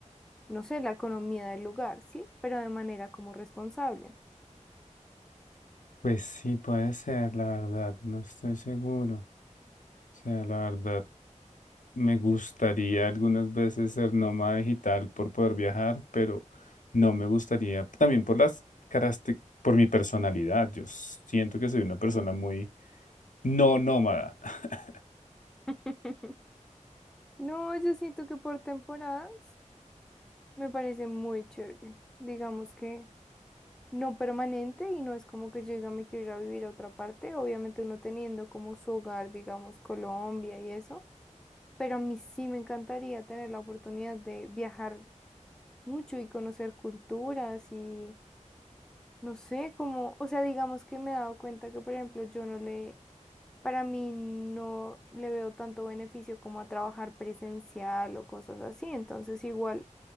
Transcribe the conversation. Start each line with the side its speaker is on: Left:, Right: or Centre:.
Centre: no sé, la economía del lugar, ¿sí? Pero de manera como responsable.
Left: Pues sí, puede ser, la verdad, no estoy seguro. O sea, la verdad, me gustaría algunas veces ser nómada digital por poder viajar, pero no me gustaría, también por las características, por mi personalidad. Yo siento que soy una persona muy no nómada. <laughs>
Centre: <laughs> No, yo siento que por temporadas. Me parece muy chévere. Digamos que no permanente y no es como que yo diga me quiero ir a vivir a otra parte. Obviamente uno teniendo como su hogar, digamos, Colombia y eso. Pero a mí sí me encantaría tener la oportunidad de viajar mucho y conocer culturas y no sé, como, o sea, digamos que me he dado cuenta que, por ejemplo, yo no le para mí no le veo tanto beneficio como a trabajar presencial o cosas así, entonces igual